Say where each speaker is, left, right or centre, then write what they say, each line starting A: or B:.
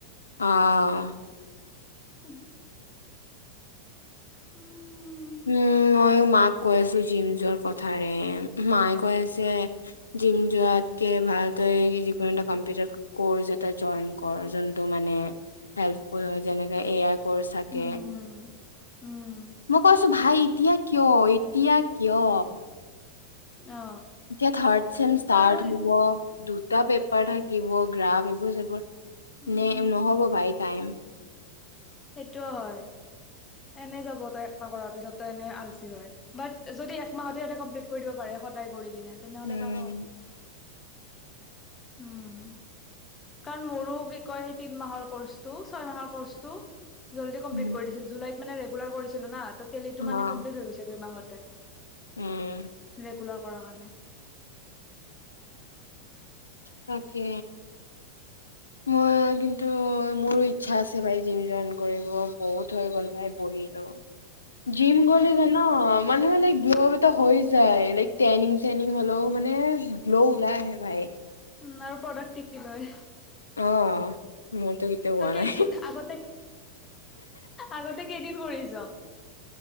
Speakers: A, on the left; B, on the left.
A: অ'
B: <inaudible> উম
A: উম, মইও মাক কৈ আছো জিম যোৱাৰ কথাৰে, মায়ে কৈ আছে জিম যোৱাতকে ভাল তই যিকোনো এটা কম্পিউটাৰ ক'ৰ্চ এটা জইন কৰ জোনটো মানে হেল্পফুল হয়, যেনেকে এ আই ক'ৰ্চ থাকে।
B: উম উম
A: মই কৈছো ভাই এতিয়া কিয়, এত তিয়া কিয়?
B: অ
A: এতিয়া থাৰ্ড চেম ষ্টাৰ্ট
B: পাৰো
A: হ'ব দুটা পেপাৰ থাকিব, গ্ৰাফ, এইবোৰ <unintelligible>
B: উম
A: নে নহ'ব ভাই টাইম।
B: সেইটো হয়। এনে যাব তই একমাহ কৰাৰ পিছত, তই এনেও আলচি হয়। বাত, যদি একমাহতে সিহঁতে কমপ্লিট কৰি দিব পাৰে, সদায় কৰি কিনে তেনেহ'লে
A: উম,
B: পাৰ। উম কাৰণ মোৰো কি কয়, সেই তিন মাহৰ কৰ্চটো, ছয় মাহৰ কৰ্চটো জল্দি কমপ্লিট
A: উম,
B: কৰি দিছিল, জুলাইত মানে ৰেগুলাৰ কৰিছিলো না ত' তেলীটো
A: অ',
B: মানে কমপ্লিট হৈ গৈছে দুই মাহত। তে
A: উম
B: একো <unintelligible> নাই।
A: তাকে। মোৰ কিন্তু, মোৰো ইচ্ছা আছে ভাই জিম জইন কৰিব বহুত হৈ গ'ল ভাই বহিলো। জিম গ'ল
B: উম
A: যানা মানে। গ্লো' এটা হৈ যায়। লাইক টেনিং চেনিং হলেও মানে গ্লো' ওলাই আহে ভাই।
B: উম আৰু প্ৰডেক্ট কি কি লয়।
A: অ। মোৰতো কেতিয়াও
B: তই
A: হোৱা
B: কেইদিন
A: নাই।
B: আগতে, আগতে কেইদিন কৰিছ।